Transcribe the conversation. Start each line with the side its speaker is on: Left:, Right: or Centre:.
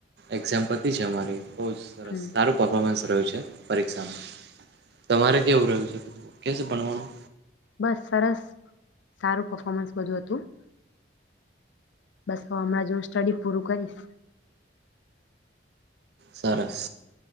Right: એક્ઝામ પતી છે અમારી. બો સરસ
Left: હમ
Right: સારું પર્ફોર્મન્સ રહ્યું છે. પરીક્ષામાં. તમારે કેવું રહ્યું છે? બધું ઓકે છે ભણવાનું
Left: બસ સરસ. સારું પફોર્મન્સ બધું હતું. બસ હમણાં હું સ્ટડી પૂરું કરીશ.
Right: સરસ.